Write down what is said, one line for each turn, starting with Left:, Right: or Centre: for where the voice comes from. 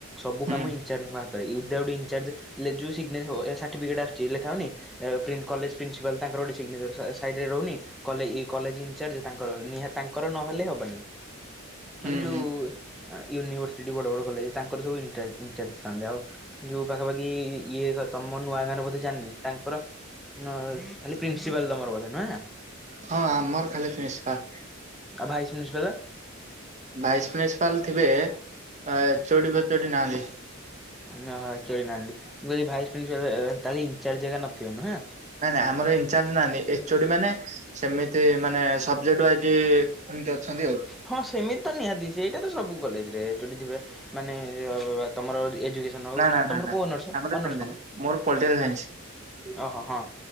Centre: ସବୁ
Right: ହୁଁ।
Centre: କାମ ଇଜିଙ୍କ ହାତରେ ୟୁ ଥାଉଟ୍ ଇଞ୍ଚର୍ଜ ଲେଜୁ ସାର୍ଟିଫିକେଟ ଆସୁଛି ଲେଖାହଉନି କଲେଜ ପ୍ରିନ୍ସିପାଲ ତାଙ୍କର ଗୋଟେ ସିଗ୍ନେଚର ସାଇଡ଼ରେ ରହୁନି କଲେଜ ଇନଚାର୍ଜ ତାଙ୍କର ନିହାତି ତାଙ୍କର ନହେଲେ ହବନି
Right: ହୁଁ
Centre: ମାନେ ଯୋଉ
Right: ହୁଁ
Centre: ୟୁନିଭରସିଟି ବଡ ବଡ କଲେଜ ତାଙ୍କର ସବୁ ଇଁଚର୍ଜ ଥାନ୍ତେ ଆଉ ଯୋଉ ପାଖାପାଖି ଇଏ ତମ ନୂଆ ଗାଁରେ ବୋଧେ ଜାଣିନି ତାଙ୍କର ଖାଲି ପ୍ରିନ୍ସିପାଲ ତମର ବୋଧେ ନୁହେଁ
Right: ହଁ ଆମର ଖାଲି ପ୍ରିନ୍ସିପାଲ୍
Centre: ଆଉ ଭାଇସ ପ୍ରିନ୍ସିପାଲ
Right: ଭାଇସ୍ ପ୍ରିନ୍ସିପାଲ୍ ଥିବେ, ଏଚୋଡି ଫେଚଡି ନାହାନ୍ତି।
Centre: ନା ଏଚଡି ନାହାନ୍ତି। ମୁଁ କହିଲି ଭାଇସ୍ ପ୍ରିନ୍ସିପାଲ୍ ତାର ଇନ୍ଚାର୍ଜ ହାରିକା ନଥିବେ ନୂହେଁ?
Right: ନାଇଁ ନାଇଁ ଆମର ଇନ୍ଚାର୍ଜ ନାହାନ୍ତି। ଏଚୋଡି ମାନେ ସେମିତି ମାନେ ସବ୍ଜେକ୍ଟ ୱାଇଜ୍ ଏମତି ଅଛନ୍ତି ଆଉ।
Centre: ହଁ ସେମିତି ତ ନିହାତି ସେଇଟା ତ ସବୁ କଲେଜ୍ ରେ ଏଚୋଡି ଥିବେ ମାନେ ତମର ଏଜୁକେ ଦେନ୍ ଆଉ
Right: ନା ନା
Centre: କିଏ?
Right: ନା
Centre: ତମର
Right: ନା
Centre: କୋଉ ଅନର୍ସ,
Right: ଆମର
Centre: ଅନର୍ସ
Right: ସେମିତି
Centre: କଣ?
Right: ନାହିଁ ମୋର ପଲିଟିକାଲ୍ ସାଇନ୍ସ।
Centre: ଓହୋ ହଁ